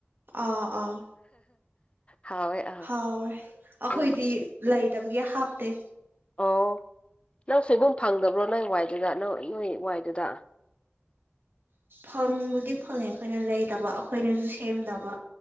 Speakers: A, on the right (about 60°); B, on the left (about 30°).
A: ꯑꯥ ꯑꯥ
B: ꯍꯥꯎꯋꯦ ꯑꯥ
A: ꯍꯥꯎꯋ‌ꯦ ꯑꯩꯈꯣꯏꯗꯤ
B: ꯎꯝ
A: ꯂꯩꯇꯕꯒꯤ ꯍꯥꯞꯇꯦ
B: ꯑꯣ ꯅꯪ ꯁ‌ꯣꯏꯕꯨꯝ ꯐꯪꯗꯕ꯭ꯔꯣ ꯅꯪ ꯋꯥꯏꯗꯨꯗ ꯅꯪ ꯅꯣꯏ ꯋꯥꯏꯗꯨꯗ
A: ꯐꯪꯕꯨꯗꯤ ꯐꯪꯉꯦ ꯑꯩꯈꯣꯏꯅ ꯂꯩꯗꯕ ꯑꯩꯈꯣꯏꯅꯁꯨ ꯁꯦꯝꯗꯕ